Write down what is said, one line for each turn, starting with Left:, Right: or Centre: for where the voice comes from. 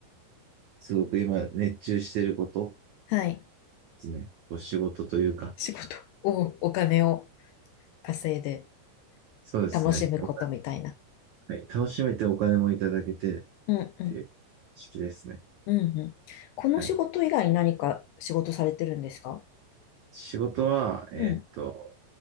Right: すごく今熱中してること、
Left: はい。
Right: ですね。お仕事というか、
Left: 仕事を、お金を稼いで
Right: そうですね。
Left: 楽しむことみたいな。
Right: お金はい楽しめてお金もいただけてっ
Left: うんうん。
Right: ていう式ですね。
Left: うんうん。この仕事以外に何か仕事されてるんですか
Right: はい、仕事は、えーっと、
Left: うん